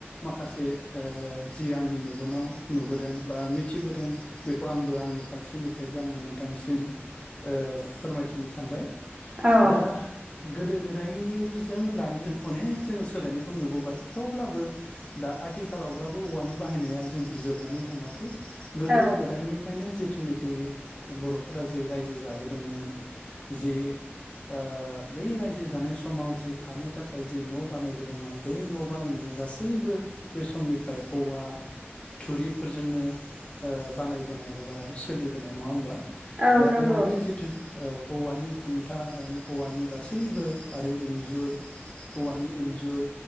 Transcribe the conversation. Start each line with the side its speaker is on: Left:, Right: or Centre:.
Left: माखासे ओ जि आंनि मेगनाव नुबोदों बा मिथिबोदों बे खौ आंबो आंनि फारसेनिफ्रायबो आङो नोंथांनिसिम ओ फोरमायथिनो सानबाय।
Right: औ
Left: दा गोदो गोदायनिजों दानिजों अनेक जोङो सोलायनायखौ नुबोबाय थेवब्लाबो दा आथिखालावब्लाबो औवानि बाहायनाया जों जोबनानै थाङाखै गोदो
Right: औ
Left: गोदायनि नो जिथुनाखि बर'फोरा जे रायजो जाबोदोंमोन जि ओ बै रायजो जानाय समाव जि थानो थाखाय जि न' बानायबोदोंमोन बै न' बानायनाया गासै बो बे समनिफ्राय औवा, थुरिफोरजोंनो ओ बानायबोनाय एबा सोलिबोनाय नङा होमबा
Right: औ
Left: दा
Right: नंगौ
Left: औवानि जिथु औ औवानि खुन्था होन औवानि गासैबो आरो इन्जुर औवानि इन्जुर